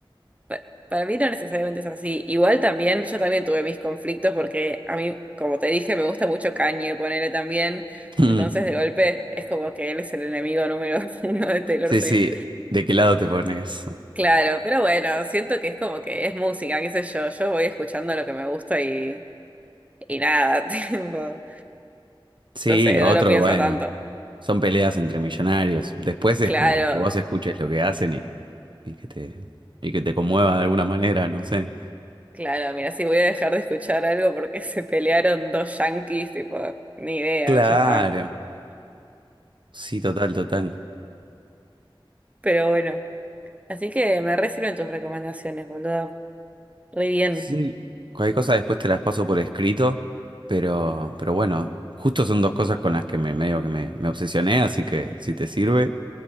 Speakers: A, on the right; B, on the right.
A: pa- para mí no necesariamente es así. Igual también, yo también tuve mis conflictos porque a mí, como te dije, me gusta mucho Kanye, ponele también.
B: Mm.
A: Entonces, de golpe, es como que él es el enemigo número <laughs> uno de Taylor
B: Sí,
A: Swift.
B: sí. ¿De qué lado te pones?
A: Claro, pero bueno, siento que es como que es música, qué sé yo. Yo voy escuchando lo que me gusta y, y nada, <laughs> tipo,
B: Sí,
A: no sé,
B: lo
A: no
B: otro,
A: lo pienso
B: bueno,
A: tanto.
B: son peleas entre millonarios. Después es
A: Claro.
B: como que vos escuches lo que hacen y, y que te, y que te conmueva de alguna manera, no sé.
A: Claro, mira, si voy a dejar de escuchar algo porque <laughs> se pelearon dos yanquis, tipo, ni idea,
B: Claro.
A: ya está.
B: Sí, total, total.
A: Pero bueno, así que me re sirven tus recomendaciones, boludo. Re bien,
B: Sí. Cualquier cosa después te las paso por escrito, pero, pero bueno, justo son dos cosas con las que me medio que me, me obsesioné, así que si te sirve.